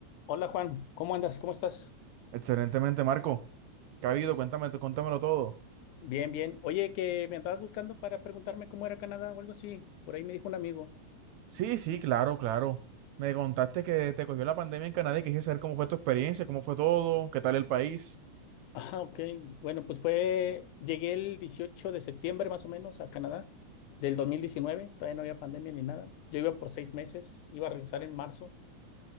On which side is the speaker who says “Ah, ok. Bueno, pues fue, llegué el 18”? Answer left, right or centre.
Left